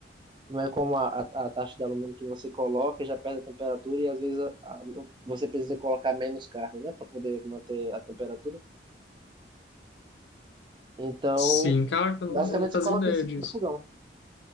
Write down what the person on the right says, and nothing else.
Não é como a, a, a taxa de alumínio que você coloca, e já perde a temperatura e às vezes a- a- não- você precisa colocar menos carne, né, para poder manter a temperatura. Então,
basicamente
você coloca
em cima
do fogão.